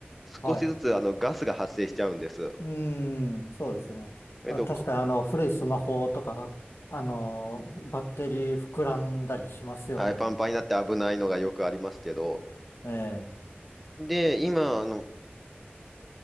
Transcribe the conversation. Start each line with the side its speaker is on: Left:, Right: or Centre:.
Left: はい。
Centre: 少しずつあのガスが発生しちゃうんです。
Left: うん。そうですね。あ、
Centre: えっと、
Left: 確かにあの、古いスマホとか、あの、バッテリー膨らんだりしますよね。
Centre: はい、パンパンになって危ないのがよくありますけど、
Left: ええ。
Centre: で、今、あの、